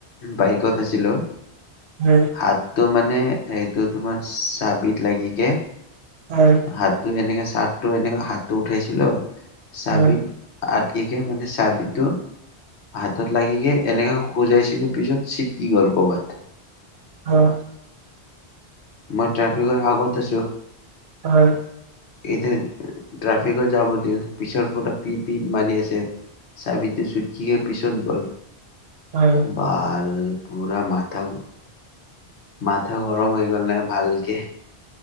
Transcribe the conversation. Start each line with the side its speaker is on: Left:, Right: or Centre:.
Left: বাইকত আছিলো
Right: হয়
Left: হাতটো মানে এইটো তোমাৰ চাবিত লাগগৈ
Right: হয়।
Left: হাত এনেকে চাৰ্টো এনেকে হাত উঠাইছিলো চাবি
Right: হয় হয়
Left: আ কেকে মানে চাহ বিধটো হাতত লাগিগে এনেকে খোজাইছিলো পিছত চিটকি গ'ল কৰ'বাত
Right: অ'
Left: মই ট্ৰেফিকৰ আগত আছোঁ
Right: হয়।
Left: এতি ট্ৰাফিকৰ জামটিল পিছৰ পৰা পি পি মাৰি আছে। চাবিটো চুটকি পিছত গ'ল।
Right: হয়।
Left: <inaudible> মাথা গৰম হৈ গ'লে ভালকে।